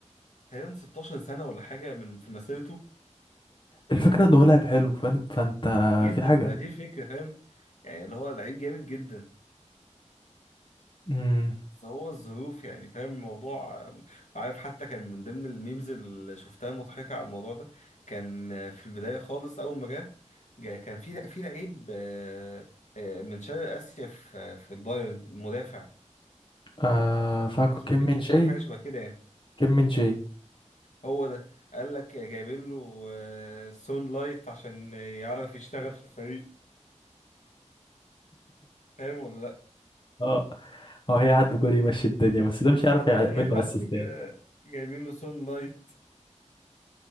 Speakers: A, on the left; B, on the left.
A: تقريبا 16 سنة ولا حاجة من في مسيرته
B: الفكره انه لعب حلو فان- فانت
A: جدا
B: في حاجه
A: ما دي الفكرة فاهم يعني اللي هو لعيب جامد جدا
B: امم
A: بس هو الظروف يعني فاهم الموضوع عارف حتى كان من ضمن الميمز اللي شفتها مضحكة على الموضوع ده كان في البداية خالص أول ما جه جه- كان في في لعيب آه، آه، من شرق آسيا في في البايرن مدافع
B: آه فاكو
A: اسمه
B: كيم
A: كيم
B: من
A: من
B: جاي
A: سون حاجة شبه كده يعني
B: كيم من جاي
A: هو ده قال لك جايبين له آه، سون لايت عشان يعرف يشتغل في الفريق فاهم ولا لأ
B: اه اه هي عنده جول يمشي الدنيا بس
A: بالظبط
B: ده مش عارف يعمل
A: أي
B: له
A: حد
B: اسيستات
A: كده جايبين له سون لايت